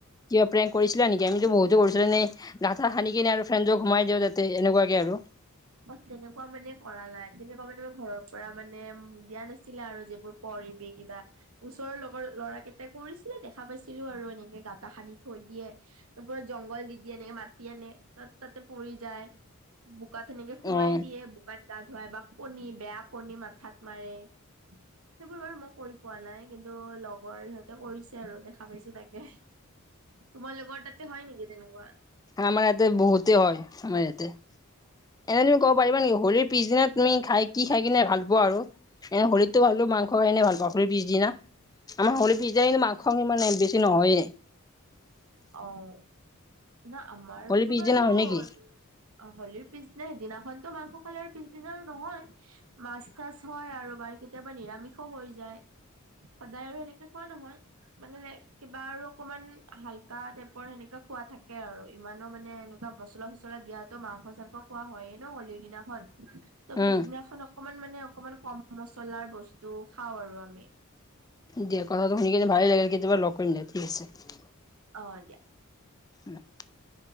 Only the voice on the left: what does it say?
কিবা প্ৰেংক কৰিছিলা নেকি আমিতো বহুতো কৰিছিলো এনে গাঠা সানি কিনে আৰু ফ্ৰেণ্ডজক সোমাই দিওঁ যাতে এনেকুৱাকে আৰু
অ',
আমাৰ ইয়াতে বহুতে হয়, আমাৰ ইয়াতে। এনে তুমি কব পাৰিবা নেকি হলিৰ পিছদিনাত তুমি খাই কি খাই কিনে ভাল পোৱা আৰু? এনে হোলীতটো ভালো মাংস খাইকিনে ভাল পাওঁ, হোলীৰ পিছদিনা আমাৰ হোলী পিছদিনা কিন্তু মাংস ইমান বেছি নাই নহয়েই।
হোলীৰ পিছদিনা
হয়
নেকি?
উম,
দিয়া কথাটো শুনি কেনে ভালেই লাগে, কেতিয়াবা লগ কৰিম দিয়া ঠিক আছে।
<inaudible>